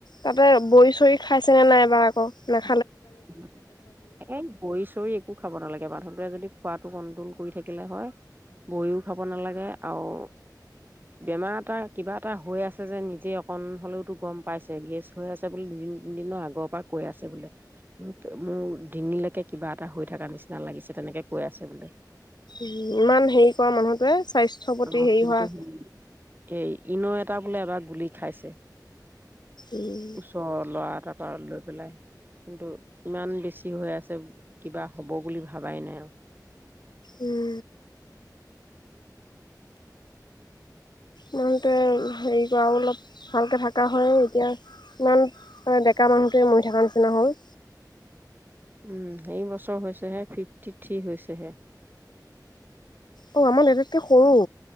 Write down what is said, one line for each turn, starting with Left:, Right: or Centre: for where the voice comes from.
Left: তাতে বৰি চৰি খাইছে নে নাই এইবাৰ আকৌ ন'।
Right: এ বৰি চৰি একো খাব নালাগে মানুহ যদি খোৱাটো কন্ট্ৰল কৰি থাকিলে হয় বৰিও খাব নালাগে আৰু বেমাৰ এটা কিবা এটা হৈ আছে যে নিজে অকন হলেওতো গম পাইছে গেছ হৈ আছে বুলি দুদিন তিনদিনৰ আগৰ পৰা কৈ আছে বোলে। মোক মোৰ ডিঙিলৈকে কিবা এটা হৈ থকা নিচিনা লাগিছে তেনেকে কৈ আছে বোলে।
Left: ইমান হেৰি কৰা মানুহটোৱে স্বাস্থ্যৰ প্ৰতি
Right: অ
Left: হেৰি
Right: কিন্তু
Left: হোৱা
Right: সেই এই ইন' এটা বোলে এবাৰ গুলি খাইছে।
Left: উম
Right: ওচৰৰ ল'ৰা এটাৰ পৰা লৈ পেলাই কিন্তু ইমান বেছি হৈ আছে কিবা হ'ব বুলি ভাবাই নাই আৰু।
Left: উম মানুহটোৱে হেৰি কৰা অলপ ভালকে থকা হয় এতিয়া ইমান ডেকা মানুহটোৱে মৰি থকা নিচিনা হ'ল।
Right: উম এই বছৰ হৈছেহে ফিফটি। থিক হৈছে হে।
Left: অ আমাৰ দেতাতকে সৰু।